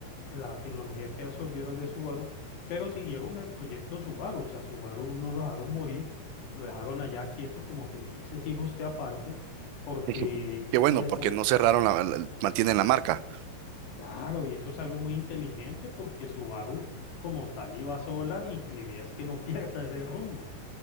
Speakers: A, on the left; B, on the right.
A: la tecnología que absorbieron de Subaru, pero siguieron en el proyecto Subaru, o sea, Subaru no lo dejaron morir, lo dejaron allá quieto, como quien dice, siga usted aparte, porque,
B: <laughs> Qué bueno,
A: y eso-
B: porque no cerraron la, la- mantienen la marca.
A: claro, y eso es algo muy inteligente, porque Subaru como tal iba sola y la idea es que no <laughs> pierda ese rumbo.